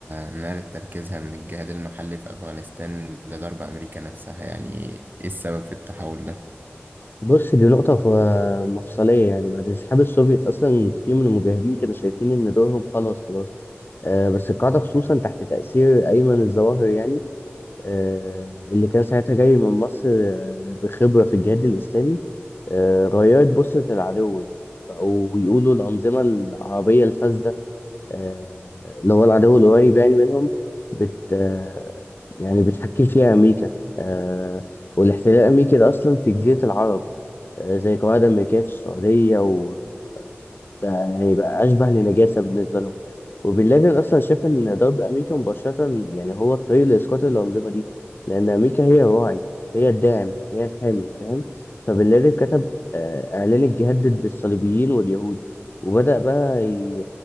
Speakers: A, on the right; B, on the left.
A: نقلت تركيزها من الجهاد المحلي في أفغانستان لضرب أمريكا نفسها يعني إيه السبب في التحول ده؟
B: بص دي نقطة ف- مفصلية يعني بعد انسحاب السوفيت أصلا كتير من المجاهدين كانوا شايفين إن دورهم خلاص خلاص آه بس القاعدة خصوصا تحت تأثير أيمن الظواهر يعني آه اللي كان ساعتها جاي من مصر آه بخبرة في الجهاد الإسلامي آه غيرت بصة العدو يعني بقوا يقولوا الأنظمة العربية الفاسدة آه اللي هو العدو القريب يعني منهم بت آه يعني بتحكم فيها أمريكا آه والاحتلال الأمريكي ده أصلا في جزيرة العرب آه، زي قواعد أمريكية في السعودية وبقى يعني بقى أشبه لنجاسة بالنسبة لهم وبن لادن أصلا شاف إن ضرب أمريكا مباشرة يعني هو الطريق لإسقاط الأنظمة دي لأن أمريكا هي الراعي هي الداعم هي الحامي فاهم فبن لادن كتب آه، إعلان الجهاد ضد الصليبيين واليهود وبدأ بقى ي-